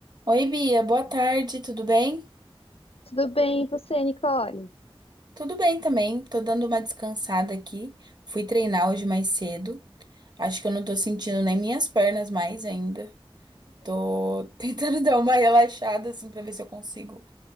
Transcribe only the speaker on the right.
Oi, Bia, boa tarde, tudo bem?
Tudo bem também, tô dando uma descansada aqui. Fui treinar hoje mais cedo. Acho que eu não tô sentindo nem minhas pernas mais ainda. Tô <laughs> tentando dar uma relaxada assim pra ver se eu consigo